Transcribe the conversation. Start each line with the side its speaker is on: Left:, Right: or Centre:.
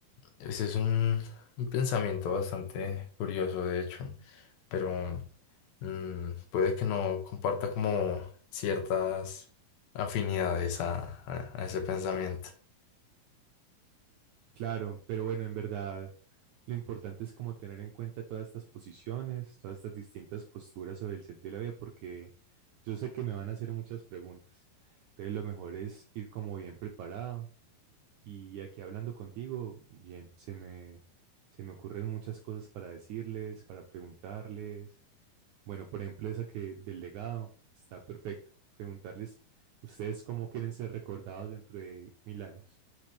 Left: ese es un, un pensamiento bastante curioso, de hecho, pero mm, puede que no comparta como ciertas afinidades a, a a ese pensamiento.
Right: Claro, pero bueno, en verdad, lo importante es como tener en cuenta todas estas posiciones, todas estas distintas posturas sobre el sentido de la vida, porque yo sé que me van a hacer muchas preguntas. Entonces lo mejor es ir como bien preparado Y aquí hablando contigo, bien, se me, se me ocurren muchas cosas para decirles, para preguntarles. Bueno, por ejemplo, esa que del legado está perfecta. Preguntarles, ¿ustedes cómo quieren ser recordados dentro de mil años?